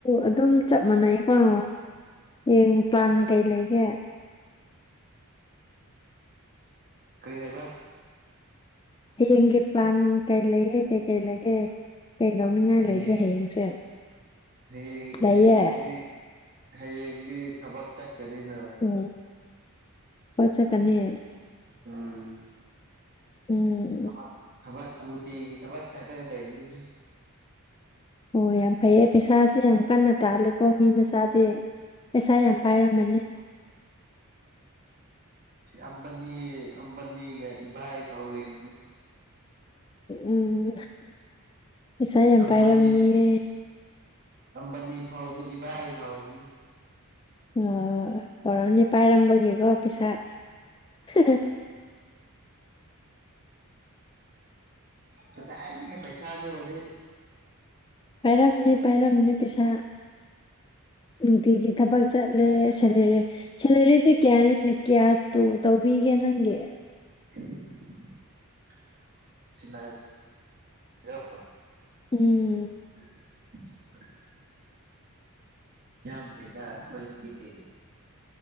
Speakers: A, on the left (about 20°); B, on the right (about 45°).
A: ꯑꯗꯨꯝ ꯆꯞ ꯃꯥꯟꯅꯩꯀꯣ ꯍꯌꯦꯡ ꯄ꯭ꯂꯥꯟ ꯀꯩ ꯂꯩꯒꯦ
B: ꯀꯩ ꯍꯥꯏꯕ
A: ꯍꯌꯦꯡꯒꯤ ꯄ꯭ꯂꯥꯟ ꯀꯩ ꯂꯩꯒꯦ ꯀꯩꯀꯩ ꯂꯩꯒꯦ ꯀꯩꯗꯧꯅꯤꯡꯉꯥꯏ
B: ꯍꯌꯦꯡ
A: ꯂꯩꯒꯦ ꯍꯌꯦꯡꯁꯦ
B: ꯍꯌꯦꯡ
A: ꯂꯩꯌꯦ
B: ꯍꯌꯦꯡꯗꯤ ꯍꯌꯦꯡꯗꯤ ꯊꯕꯛ ꯆꯠꯀꯅꯤꯅ
A: ꯑꯣ ꯊꯕꯛ ꯆꯠꯀꯅꯤ
B: ꯎꯝ
A: ꯎꯝ
B: ꯊꯕꯛ ꯊꯕꯛ ꯅꯨꯡꯇꯤꯒꯤ ꯊꯕꯛ ꯆꯠꯔ ꯂꯩꯕꯅꯦꯍꯦ
A: ꯑꯣ ꯌꯥꯝ ꯐꯩꯌꯦ ꯄꯩꯁꯥꯁꯦ ꯌꯥꯝ ꯀꯟꯅ ꯇꯥꯂꯦꯜꯀꯣ ꯃꯤ ꯃꯆꯥꯗꯤ ꯄꯩꯁꯥ ꯌꯥꯝ ꯄꯥꯏꯔꯝꯃꯅꯤ
B: ꯑꯃꯗꯤ ꯑꯃꯗꯤ ꯏꯚꯥꯏ ꯀꯧꯔꯤꯕꯅꯦ
A: ꯎꯝ ꯄꯩꯁꯥ ꯌꯥꯝ
B: ꯑꯝꯕꯅꯤ
A: ꯄꯥꯏꯔꯝꯅꯤꯌꯦ
B: ꯑꯝꯕꯅꯤ ꯐꯥꯎꯁꯨ ꯏꯕꯥꯏ ꯀꯧꯕꯅꯦ
A: ꯑꯣ ꯇꯧꯔꯝꯅꯤ ꯄꯥꯏꯔꯝꯕꯒꯤꯀꯣ ꯄꯩꯁꯥ <unintelligible>
B: ꯀꯗꯥꯏꯗꯒꯤ ꯄꯩꯁꯥꯅꯣ ꯍꯧꯖꯤꯛ
A: ꯄꯥꯏꯔꯝꯅꯤ ꯄꯥꯏꯔꯝꯅꯤ ꯄꯩꯁꯥ ꯅꯨꯡꯇꯤꯒꯤ ꯊꯕꯛ ꯆꯠꯂꯦ ꯁꯦꯂꯔꯤ ꯁꯦꯜꯂꯔꯤꯗꯤ ꯀꯌꯥꯅꯤꯅ ꯀꯤꯌꯥꯁꯇꯨ ꯇꯧꯕꯤꯒꯦ ꯅꯪꯒꯤ
B: <unintelligible> <inaudible>
A: ꯎꯝ
B: <unintelligible> ꯌꯥꯝꯗꯦꯗ ꯑꯩꯈꯣꯏꯒꯤꯗꯤ